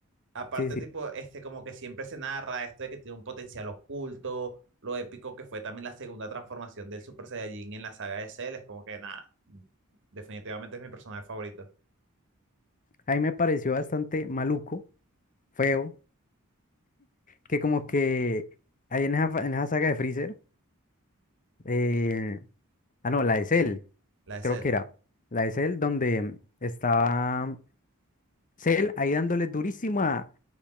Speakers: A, on the right (about 60°); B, on the left (about 40°).
A: aparte,
B: sí, sí,
A: tipo, este, como que siempre se narra esto de que tiene un potencial oculto, lo épico que fue también la segunda transformación del Super Saiyajin en la saga de Cell, es como que nada, definitivamente es mi personaje favorito,
B: a mí me pareció bastante maluco, feo, que como que ahí en esa, fa- en esa saga de Freezer, eh, Ah, no, la de Cell,
A: la de
B: creo
A: Cell.
B: que era. La de Cell donde estaba Cell ahí dándole durísimo a,